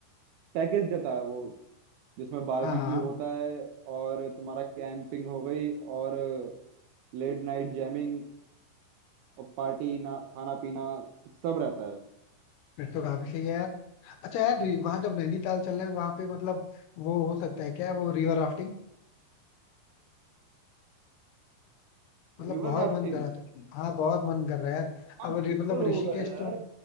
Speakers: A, on the right (about 80°); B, on the left (about 80°).
A: पैकेज देता है वो जिसमें बारबेक्यू
B: हाँ हाँ
A: होता है और तुम्हारा कैंपिंग हो गई और लेट नाइट जैमिंग और पार्टी ना खाना पीना सब रहता है
B: फिर तो काफी सही है यार अच्छा यार वहाँ जब नैनीताल चल रहे हैं वहाँ पे मतलब वो हो सकता है क्या वो रिवर राफ्टिंग मतलब
A: River
B: बहुत
A: rafting
B: मन कर रहा था हाँ बहुत मन कर रहा है यार
A: हाँ
B: अब
A: बिल्कुल
B: रि- मतलब
A: होगा
B: ऋषिकेश
A: यार
B: तो